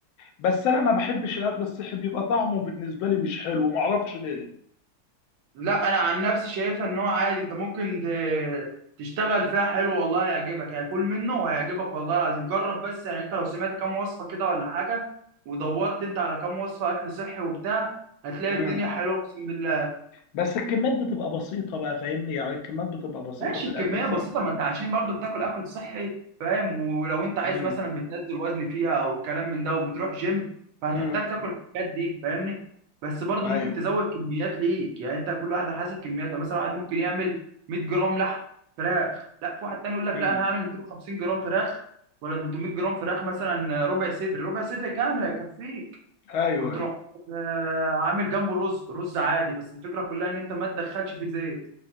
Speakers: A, on the left (about 80°); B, on the right (about 75°).
A: بس انا ما بحبش الاكل الصحي بيبقى طعمه بالنسبه لي مش حلو ما اعرفش ليه
B: لا انا عن نفسي شايفها ان هو عادي انت ممكن ت- تشتغل فيها حلو والله هيعجبك هيكون منه وهيعجبك والله العظيم جرب بس يعني انت لو سمعت كام وصفه كده ولا حاجه ودورت انت على كام وصفه اكل صحي وبتاع هتلاقي
A: مم.
B: الدنيا حلوه اقسم بالله
A: بس الكميات بتبقى بسيطه بقى فاهمني يعني الكميات بتبقى بسيطه
B: ماشي
A: في
B: الكميه
A: الاكل الصحي
B: بسيطه ما انت عشان برضو بتاكل اكل صحي فاهم ولو انت عايز
A: مم.
B: مثلا بتنزل وزن فيها او الكلام من ده وبتروح جيم فهتحتاج
A: مم.
B: تاكل الحاجات دي فاهمني بس برضو
A: ايوه
B: ممكن تزود كميات ليك يعني انت كل واحد على حسب كمياته يعني مثلا واحد ممكن يعمل 100 جرام لحم فراخ لا في واحد تاني يقول لك
A: مم.
B: لا انا هعمل 250 جرام فراخ ولا 300 جرام فراخ مثلا ربع صدر ربع صدر كامل هيكفيك
A: ايوه
B: وتروح
A: ايوه
B: آه، عامل جنبه رز رز عادي بس الفكره كلها ان انت ما تدخلش فيه زيت